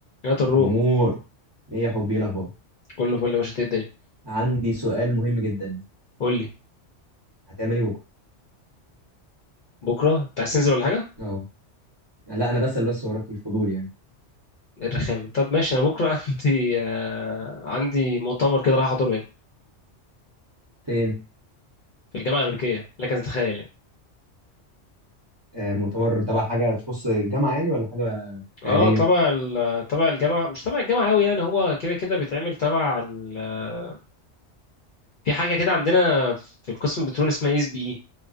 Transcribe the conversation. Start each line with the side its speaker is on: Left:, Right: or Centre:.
Left: يا طروق
Right: عمور ايه يا حبي ايه الاخبار
Left: كله فل يا باشا إنت إيه الدنيا
Right: عندي سؤال مهم جدا
Left: قول لي
Right: هتعمل ايه بكره
Left: بكره انت عايز تنزل ولا حاجه
Right: اه لا انا بسأل بس وراك الفضول يعني
Left: إيه الرخامه طب ماشي انا بكره <laughs> عندي آه، عندي مؤتمر كده راح احضره هنا
Right: فين
Left: في الجامعه الامريكيه لكن تتخيل يعني
Right: آه مؤتمر تبع حاجه تخص الجامعه يعني ولا حاجه
Left: اه
Right: خارجيه
Left: تبع ال- تبع الجامعه مش تبع الجامعه قوي يعني هو كده كده بيتعمل تبع ال... آه، في حاجه كده عندنا في القسم البترول اسمها اس بي اي